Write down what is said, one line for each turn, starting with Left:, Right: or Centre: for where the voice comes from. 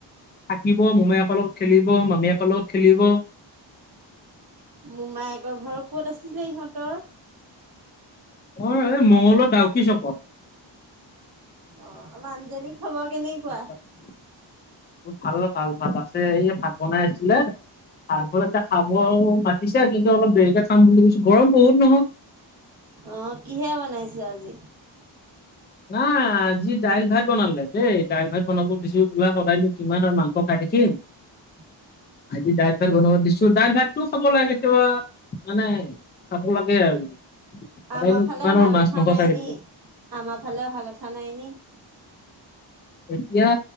Left: থাকিব মোমায়েকৰ লগত খেলিব মামীয়েকৰ লগত খেলিব।
Right: মোমায়েকৰ ঘৰ ক'ত আছিলে ইহঁতৰ?
Left: অ', এই মঙলৰ <unintelligible> ডাউক চকত
Right: অ', মানুহজনীৰ খবৰ কেনে
Left: হয় <unintelligible>
Right: <inaudible>
Left: ভাল ভাল ভাল আছে এই ভাত বনাই আছিলে ভাকৰ এতিয়া খাব আৰু ভ পিছা কিন্তু অলপ দেৰিকে খাম বুলি কৈছো, গৰম বহুত নহয়।
Right: অ', কিহে বনাইছে আজি?
Left: নাই আজি দাইল ভাত বনালে দেই দাইল ভাত বনাব দিছো, বোলা সদায়নো কিমান আৰু মাংস খাই থাকিম।
Right: <inaudible>
Left: আজি ডাইল ভাত বনাব দিছো ডাই তোৰ খবৰ <unintelligible> লাগেতিিবা মানে খাব লাগে আৰু। সদায়নো
Right: আমাৰ ফালে
Left: কিমান
Right: অহা
Left: আৰু মাছ
Right: কথা
Left: মাংস
Right: নাই
Left: খাই থাকিবা।
Right: নি? আমাৰ ফালে অহা কথা নাই নি?
Left: এতিয়া